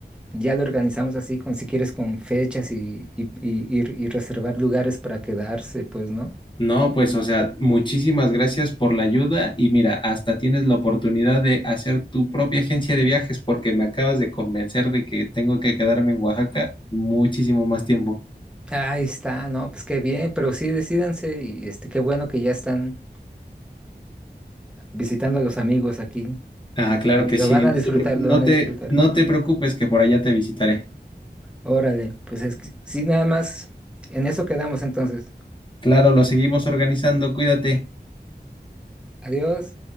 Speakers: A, in the centre; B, on the left.
A: ya lo organizamos así, con, si quieres, con fechas y, y, y, y y reservar lugares para quedarse, pues, ¿no?
B: no, pues, o sea, muchísimas gracias por la ayuda y mira, hasta tienes la oportunidad de hacer tu propia agencia de viajes porque me acabas de convencer de que tengo que quedarme en Oaxaca muchísimo más tiempo.
A: Ahí está, no, pues qué bien, pero sí decídanse y este, qué bueno que ya están visitando a los amigos aquí
B: Ah, claro
A: y
B: que
A: lo
B: sí,
A: van a
B: no
A: disfrutar,
B: te, pre-
A: lo
B: no
A: van
B: te
A: a disfrutar.
B: no te preocupes que por allá te visitaré.
A: Órale, pues es que, sí, nada más, en eso quedamos entonces.
B: Claro, lo seguimos organizando. Cuídate.
A: Adiós.